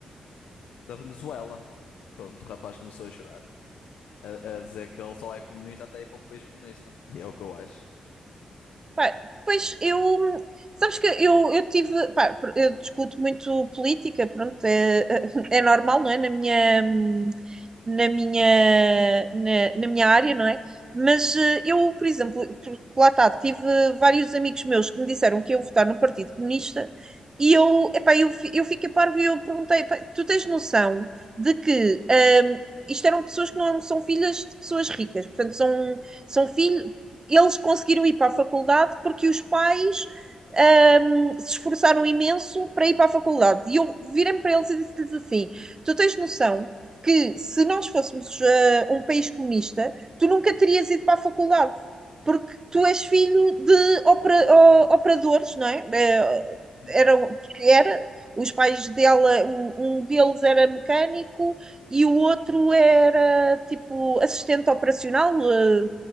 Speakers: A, on the left; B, on the right.
A: da Venezuela. Pronto, o rapaz começou a chorar, a, a dizer que ele só é comunista até ir para um país comunista. E é o que eu acho.
B: Pá, pois eu, sabes que eu, eu tive, pá, pr- eu discuto muito política, pronto, é, <laughs> é normal, não é? Na minha, hum, na minha, na, na minha área, não é? Mas eh, eu, por exemplo, porque lá está, tive vários amigos meus que me disseram que iam votar no Partido Comunista e eu, epá, eu, fi- eu fiquei parvo e eu perguntei, "Pá, tu tens noção de que hum, isto eram pessoas que não são filhas de pessoas ricas, portanto, são, são filhos, eles conseguiram ir para a faculdade porque os pais um, se esforçaram imenso para ir para a faculdade. E eu virei-me para eles e disse-lhes assim: Tu tens noção que se nós fôssemos uh, um país comunista, tu nunca terias ido para a faculdade, porque tu és filho de opera, o, operadores, não é? Uh,
A: Uhum.
B: eram, porque era. Os pais dela, um, um deles era mecânico e o outro era tipo assistente operacional, uh,